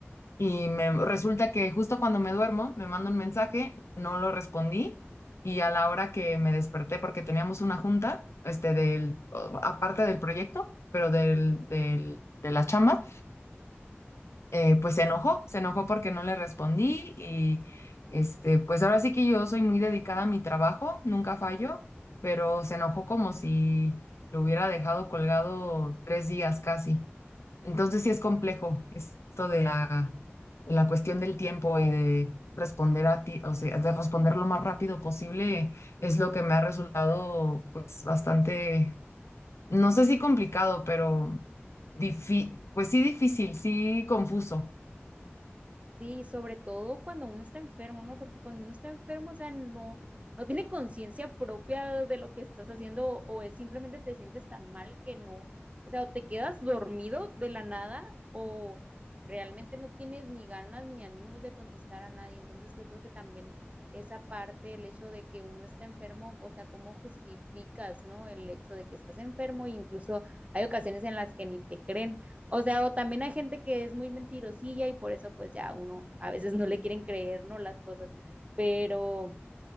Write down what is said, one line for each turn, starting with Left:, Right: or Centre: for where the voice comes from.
Left: y me resulta que justo cuando me duermo me manda un mensaje, no lo respondí y a la hora que me desperté porque teníamos una junta, este del o- aparte del proyecto, pero del del de la chamba, eh, pues se enojó, se enojó porque no le respondí y este, pues ahora sí que yo soy muy dedicada a mi trabajo, nunca fallo, pero se enojó como si lo hubiera dejado colgado tres días casi. Entonces sí es complejo esto de la, la cuestión del tiempo y de responder a ti, o sea, de responder lo más rápido posible es lo que me ha resultado pues bastante, no sé si complicado, pero difí- pues sí difícil, sí confuso.
Right: Sí, sobre todo cuando uno está enfermo, ¿no? Porque cuando uno está enfermo, o sea, no, no tiene conciencia propia de lo que estás haciendo o es simplemente te sientes tan mal que no, o sea, o te quedas dormido de la nada o realmente no tienes ni ganas ni ánimos de contestar a nadie. Entonces, yo creo que también esa parte, el hecho de que uno está enfermo, o sea, cómo justificas, ¿no? El hecho de que estás enfermo e incluso hay ocasiones en las que ni te creen. O sea, o también hay gente que es muy mentirosilla y por eso pues ya uno a veces <laughs> no le quieren creer, ¿no? Las cosas, pero